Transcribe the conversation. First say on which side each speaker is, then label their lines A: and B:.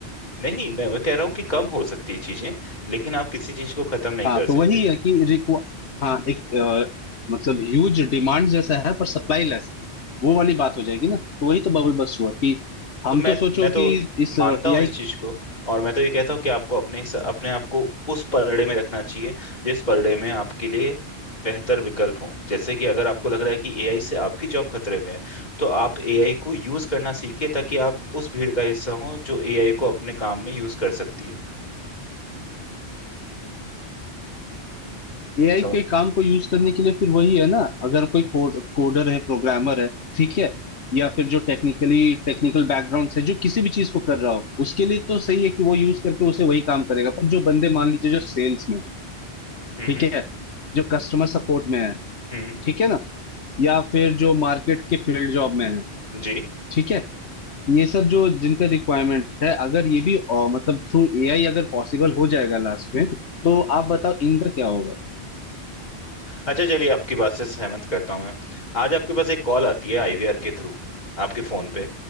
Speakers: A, on the left; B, on the left.
A: नहीं मैं मैं कह रहा हूँ कि कम हो सकती है चीजें लेकिन आप किसी चीज को खत्म नहीं
B: हाँ
A: कर सकते
B: तो वही है कि रिक्वा हाँ एक अ, मतलब ह्यूज डिमांड जैसा है पर सप्लाई लेस है वो वाली बात हो जाएगी ना तो वही तो बबल बस हुआ कि हम
A: तो मैं
B: तो सोचो
A: मैं तो
B: कि इस
A: मानता
B: एआई
A: हूँ इस चीज को और मैं तो ये कहता हूँ कि आपको अपने हिसा- अपने आप को उस पलड़े में रखना चाहिए जिस पलड़े में आपके लिए बेहतर विकल्प हो जैसे कि अगर आपको लग रहा है कि एआई से आपकी जॉब खतरे में है तो आप एआई को यूज करना सीखिए ताकि आप उस भीड़ का हिस्सा हो जो एआई को अपने काम में यूज कर सकती है
B: एआई
A: सम-
B: के काम को यूज करने के लिए फिर वही है ना अगर कोई कोड कोडर है प्रोग्रामर है ठीक है या फिर जो टेक्निकली टेक्निकल बैकग्राउंड से जो किसी भी चीज को कर रहा हो उसके लिए तो सही है कि वो यूज करके उसे वही काम करेगा पर जो बंदे मान लीजिए जो सेल्स में
A: हम्म
B: ठीक
A: हम्म
B: है जो कस्टमर सपोर्ट में है
A: हम्म,
B: ठीक है ना या फिर जो मार्केट के फील्ड जॉब में है
A: जी
B: ठीक है ये सब जो जिनका रिक्वायरमेंट है अगर ये भी अ, मतलब थ्रू एआई अगर पॉसिबल हो जाएगा लास्ट में तो आप बताओ इनका क्या होगा
A: अच्छा चलिए आपकी बात से सहमत करता हूँ मैं आज आपके पास एक कॉल आती है आईवीआर के थ्रू आपके फोन पे